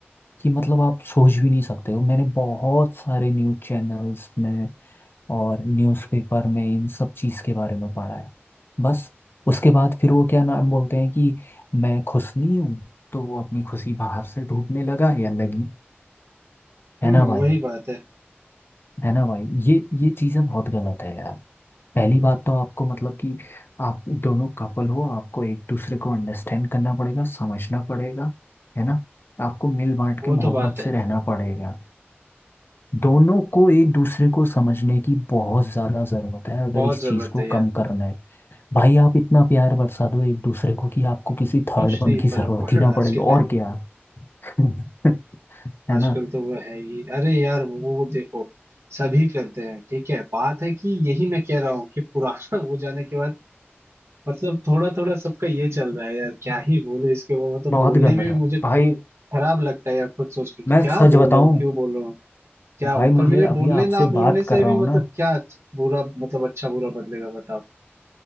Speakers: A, on the left (about 55°); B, on the right (about 80°).
A: कि मतलब आप सोच भी नहीं सकते हो मैंने बहुत सारे न्यूज़ चैनल्स में और न्यूज़पेपर में इन सब चीज़ के बारे में पढ़ा है बस उसके बाद फिर वो क्या नाम बोलते हैं कि मैं खुश नहीं हूँ तो वो अपनी खुशी बाहर से ढूंढने लगा या लगी
B: हम्म
A: है ना भाई
B: वही बात है
A: है ना भाई ये ये चीज़ें बहुत गलत है यार पहली बात तो आपको मतलब कि आप दोनों कपल हो आपको एक दूसरे को अंडरस्टैंड करना पड़ेगा समझना पड़ेगा है ना आपको मिल बांट
B: वो
A: के मोहब्बत
B: तो बात है
A: से रहना पड़ेगा दोनों को एक दूसरे को समझने की बहुत ज्यादा जरूरत है अगर
B: बहुत
A: इस
B: जरूरत
A: चीज को
B: है यार
A: कम करना है भाई आप इतना प्यार बरसा दो एक दूसरे को कि आपको किसी थर्ड
B: कुछ
A: वन
B: नहीं
A: की
B: फर्क
A: जरूरत
B: <laughs> पड़
A: ही
B: रहा
A: ना
B: आज
A: पड़े
B: के
A: और
B: टाइम पर
A: क्या <laughs> है
B: आजकल
A: ना
B: तो वो है ही अरे यार वो देखो सभी करते हैं ठीक है बात है कि यही मैं कह रहा हूँ कि पुराना <laughs> हो जाने के बाद मतलब थोड़ा थोड़ा सबका ये चल रहा है यार क्या ही बोलूं इसके वो मतलब
A: बहुत
B: बोलने
A: गलत
B: में भी
A: है
B: मुझे
A: भाई
B: खराब लगता है यार खुद सोच के कि
A: मैं
B: क्या
A: सच
B: बोल
A: बताऊं
B: रहा हूँ क्यों बोल रहा हूँ क्या हूँ
A: भाई मुझे
B: पर मेरे
A: अभी
B: बोलने
A: आपसे
B: ना बोलने
A: बात
B: से
A: कर रहा
B: भी
A: हूं
B: मतलब
A: ना
B: क्या बुरा मतलब अच्छा बुरा बदलेगा बताओ